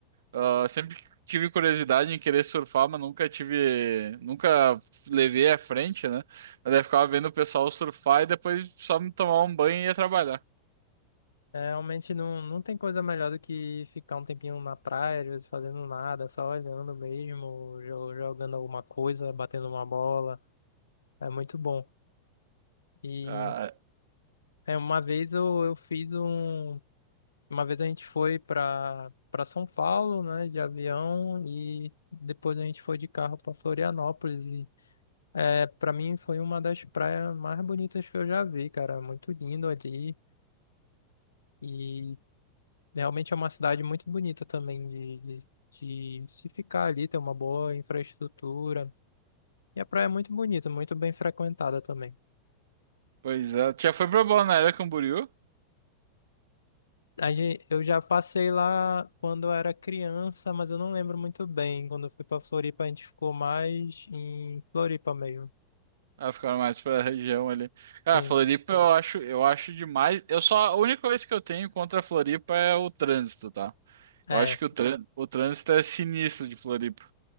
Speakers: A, on the right; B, on the left.
A: Ah, sempre tive curiosidade em querer surfar, mas nunca tive, nunca levei à frente, né? Mas daí eu ficava vendo o pessoal surfar e depois só me tomar um banho e ia trabalhar.
B: É, realmente não, não tem coisa melhor do que ficar um tempinho na praia, às vezes fazendo nada, só olhando mesmo, jo- jogando alguma coisa, batendo uma bola. É muito bom. E
A: Ah,
B: é, uma vez eu, eu fiz um. Uma vez a gente foi pra, pra São Paulo, né, de avião, e depois a gente foi de carro pra Florianópolis. É, para mim foi uma das praias mais bonitas que eu já vi, cara. Muito lindo ali. E realmente é uma cidade muito bonita também de, de, de se ficar ali, ter uma boa infraestrutura. E a praia é muito bonita, muito bem frequentada também.
A: Pois é, tu já foi pra Balneário Camboriú?
B: A gen- Eu já passei lá quando eu era criança, mas eu não lembro muito bem. Quando eu fui pra Floripa, a gente ficou mais em Floripa mesmo.
A: Ah, ficaram mais pra região ali. Cara,
B: Sim.
A: Floripa eu acho, eu acho demais. Eu só, a única coisa que eu tenho contra a Floripa é o trânsito, tá?
B: é
A: Eu acho que o, trân- o trânsito é sinistro de Floripa.